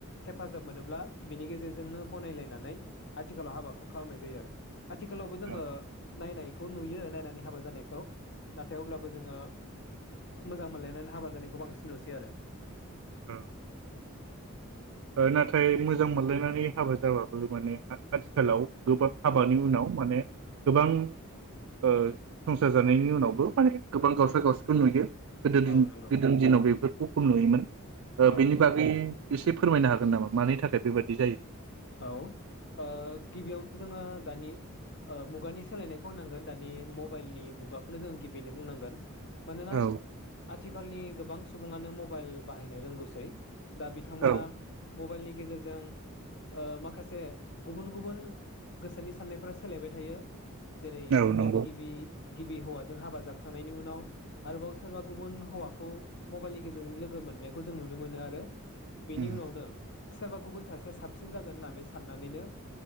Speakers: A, on the left; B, on the right.
A: हेफाजाब मोनोब्ला बिनि गेजेरजोंनो गनायलायनानै आथिखालाव हाबाखौ खालामनाय जायो आरो आथिखालावबो जोङो
B: औ
A: नायनाय खौ नुयो नायनानै हाबा जानायखौ नाथाय अब्लाबो जोङो मोजां मोनलायनानै हाबा जानायखौ बांसिन नुसै आरो
B: औ ओ नाथाय मोजां मोनलायनानै हाबा जाबाबो माने आथिखालाव गोबाब हाबानि
A: औ
B: उनाव माने गोबां ओ संसार जानायनि उनावबो माने गोबां गावसारा गावस्रा नुयो गोदो दि
A: औ नंगौ
B: गोदोनि दिनाव बेफोर <inaudible> नुयोमोन
A: औ
B: बेनि बागै एसे फोरमायनो हागोन नामा मानि थाखाय बेबायदि जायो
A: औ ओ गिबियावनो जोङो दानि ओ मुगानि सोलायनायखौ होनांगोन दानि मबाइलनि मुगाखौनो जोङो गिबिनो बुंनांगोन मानेना
B: औ
A: आ थिखालनि गोबां सुबुङानो मबाइल बाहायनो रोंगौसै दा बिथांमोना
B: औ
A: मबाइलनि गेजेरजों ओ माखासे गुबुन गुबुन गोसोनि साननायफोरा सोलायबाय थायो जेरै
B: औ नंगौ
A: गावनि गिबि गिबि हौवाजों हाबा जाखांनायनि उनाव आरोबाव सोरबा गुबुन हौवाखौ मबाइलनि गेजेरजों लोगो मोननायखौ जों नुनो मोनो आरो बेनि
B: उम
A: उनावनो सोरबा गुबुन सासेया साबसिन सिन जागोननानै साननानैनो